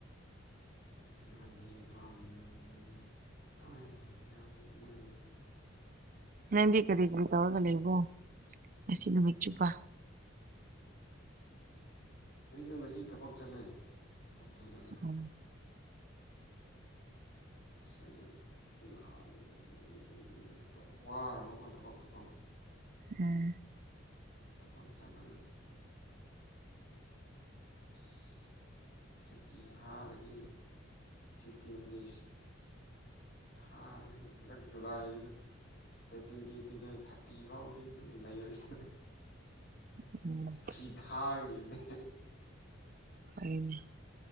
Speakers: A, on the left (about 55°); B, on the right (about 45°).
A: ꯃꯅꯤꯝ ꯍꯣꯏ ꯌꯥꯝꯅ ꯑꯗꯨꯃꯥꯏꯅꯅ
B: ꯅꯪꯗꯤ ꯀꯔꯤ ꯀꯔꯤ ꯇꯧꯔꯒ ꯂꯩꯕꯣ ꯉꯁꯤ ꯅꯨꯃꯤꯠ ꯆꯨꯞꯄ
A: ꯑꯩꯁꯨ ꯉꯁꯤ ꯊꯕꯛ ꯆꯠꯂꯦ ꯊꯕꯛ ꯆꯠꯂꯒ
B: ꯑꯣ
A: ꯑꯁ ꯑꯩꯁꯨ ꯅꯍꯥꯟꯗꯒꯤ ꯋꯥꯔꯕꯀꯣ ꯊꯕꯛꯇꯀꯣ
B: ꯎꯝ
A: ꯊꯕꯛ ꯆꯥꯗꯉ ꯑꯁ ꯁꯨꯛꯇꯤ ꯊꯥꯔꯒꯦꯅ ꯐꯤꯐꯇꯤꯟ ꯗꯦꯖ ꯊꯥꯔꯒꯅꯦ ꯍꯟꯗꯛ ꯖꯨꯂꯥꯏꯒꯤꯗ ꯑ ꯇ꯭ꯋꯦꯟꯇꯤ ꯇ꯭ꯋꯦꯟꯇꯤ ꯟ ꯊꯥꯔꯇꯤ ꯐꯥꯎꯗꯤ ꯑꯗꯨꯝ ꯂꯩꯔꯁꯤꯅ꯫
B: ꯑꯣ
A: ꯆꯤꯊꯤ ꯊꯥꯈꯤꯕꯅꯦ
B: ꯑꯩꯅꯦ